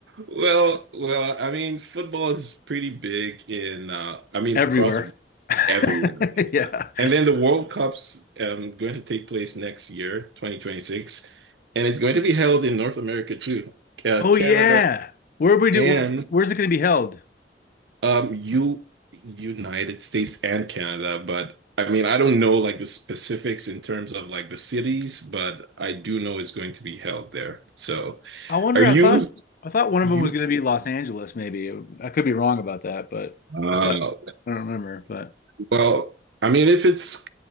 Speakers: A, on the right; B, on the left.
A: well, well, I mean, football is pretty big in, uh, I mean,
B: Everywhere.
A: across the
B: <laughs>
A: Everyone. Yeah.
B: Yeah.
A: And then the World Cup's um, going to take place next year, 2026, and it's going to be held in North America too, uh,
B: Oh
A: Canada
B: yeah. Where we do?
A: and
B: Where, where's it going to be held?
A: um, U United States and Canada. But I mean, I don't know like the specifics in terms of like the cities, but I do know it's going to be held there. So,
B: I wonder.
A: are you
B: I thought I thought one of
A: you?
B: them was going to be Los Angeles. Maybe I could be wrong about that, but
A: Uh,
B: I thought I don't remember. But
A: well, I mean, if it's